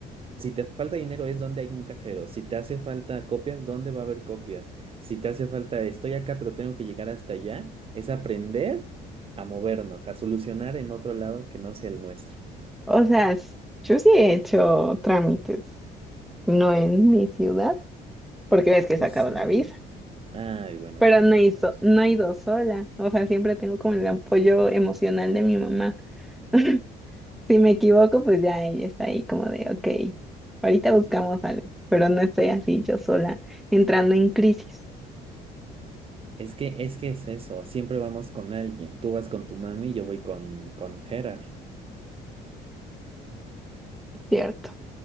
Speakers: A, on the right; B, in the centre.
A: Si te falta dinero es donde hay un cajero. Si te hace falta copias, ¿dónde va a haber copias? Si te hace falta estoy acá pero tengo que llegar hasta allá, es aprender a movernos, a solucionar en otro lado que no sea el nuestro.
B: O sea, s- yo sí he hecho trámites. No en mi ciudad, porque ves que he
A: Pues
B: sacado
A: sí.
B: la visa
A: Ay, bueno,
B: Pero
A: tienes
B: no he,
A: razón.
B: so- no he ido sola, o sea, siempre tengo como el apoyo emocional de mi mamá. <laughs> Si me equivoco, pues ya ella está ahí como de, ok, ahorita buscamos algo, pero no estoy así yo sola entrando en crisis.
A: Es que, es que es eso, siempre vamos con alguien. Tú vas con tu mami, yo voy con, con Gerard.
B: Cierto,